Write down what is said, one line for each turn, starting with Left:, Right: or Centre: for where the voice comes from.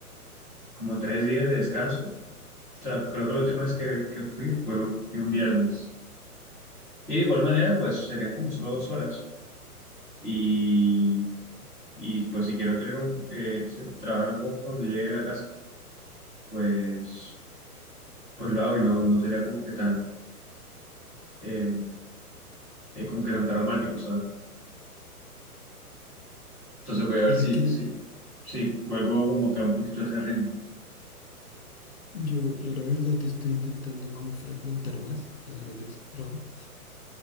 Centre: como tres días de descanso. O sea, creo que la última vez que, que fui fue, fui un viernes. Y de igual manera, pues serían como solo dos horas. Y, y pues si quiero tener un, eh, se- trabajar un poco cuando llegue a la casa, pues, pues lo hago y no, no sería como que tan eh, eh, como que tan traumático, ¿sabes? Entonces voy a ver
Left: Mira
Centre: si,
Left: que
Centre: si, si vuelvo como que a un poquito a ese ritmo.
Left: yo, yo la verdad estoy intentando como fragmentar más las horas de trabajo,